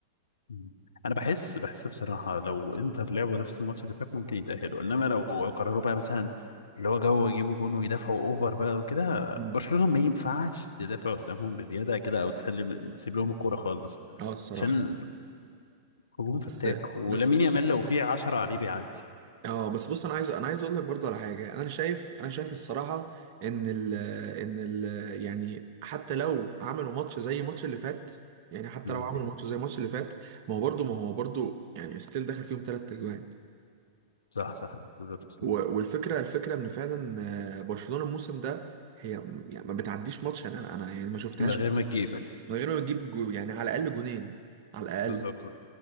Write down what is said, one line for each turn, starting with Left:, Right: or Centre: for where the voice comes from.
Left: مم. انا بحس بحس بصراحه لو انتر لعبوا نفس الماتش اللي فات ممكن يتاهلوا انما لو قرروا بقى مثلا اللي هو جو يجيبوا جون ويدافعوا اوفر بقى وكده
Right: مم.
Left: برشلونه ما ينفعش تدافع قدامهم بزياده كده او تسلم تسيب لهم الكوره خالص
Right: اه الصراحه
Left: عشان هجوم فتاك
Right: بس
Left: ولامين
Right: بس بص
Left: يامال لو في 10 عليه بيعدي
Right: اه بس بص انا عايز انا عايز اقول لك برضه على حاجه انا شايف انا شايف الصراحه ان ال ان ال يعني حتى لو عملوا ماتش زي الماتش اللي فات يعني حتى
Left: مم.
Right: لو عملوا ماتش زي الماتش اللي فات ما هو برضه ما هو برضه يعني ستيل دخل فيهم ثلاث اجوان
Left: صح صح بالظبط
Right: و- والفكره الفكره ان فعلا آه، برشلونه الموسم ده هي يعني ما بتعديش ماتش يعني انا انا يعني ما شفتهاش
Left: من غير ما تجيب
Right: من غير ما بتجيب جو يعني على الاقل جونين على الاقل
Left: بالظبط